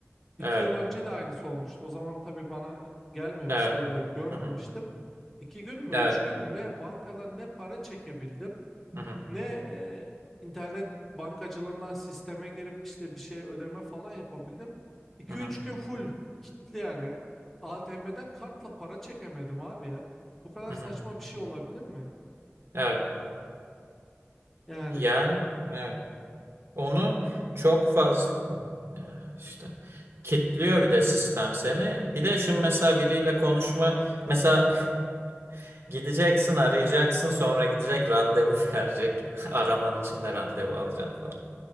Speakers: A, in the centre; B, on the right (about 65°).
A: İki
B: Evet,
A: yıl önce de aynısı olmuştu. O zaman tabii bana gelmemişti
B: evet.
A: ya da görmemiştim.
B: Hı hı.
A: İki gün mü,
B: Evet.
A: üç gün mü ne bankadan ne para çekebildim,
B: Hı hı.
A: ne e, internet bankacılığından sisteme girip işte bir şey ödeme falan yapabildim. İki
B: Hı hı.
A: üç gün full kilitli yani. ATM'den kartla para çekemedim abi ya. Bu kadar
B: Hı hı.
A: saçma bir şey olabilir mi?
B: Evet.
A: Yani
B: Yani evet. Onu çok fazla oh, ya işte kitliyor bir de sistem seni. Bir de şimdi mesela biriyle konuşma mesela <laughs> gideceksin, arayacaksın, sonra gidecek randevu <laughs> verecek. Araman için de randevu alacaksın falan.